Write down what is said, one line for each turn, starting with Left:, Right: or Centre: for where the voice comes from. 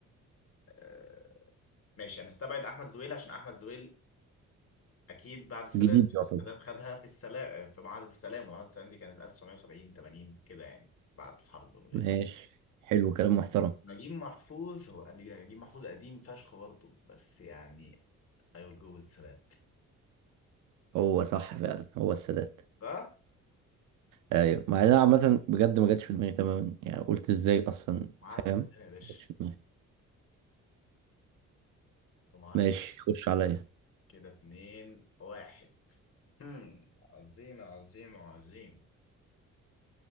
Left: آه ماشي هنستبعد أحمد زويل عشان أحمد زويل اكيد بعد السادات
Right: جديد يعتبر
Left: السادات خدها في السلام في معاهده السلام ومعاهده السلام دي كانت 1970 80 كده يعني بعد الحرب ما بين
Right: ماشي حلو كلام محترم
Left: نجيب محفوظ هو نجيب محفوظ قديم فشخ برضه بس يعني I will go with السلام
Right: هو صح فعلا هو السادات
Left: صح؟
Right: أيوه مع إن أنا عامة بجد ما جاتش في دماغي تماما يعني قلت إزاي أصلا
Left: معاهده
Right: فاهم؟
Left: السلام يا باشا
Right: ما جاتش في دماغي
Left: في معاهده
Right: ماشي خش عليا
Left: كده اتنين واحد امم عظيم عظيم عظيم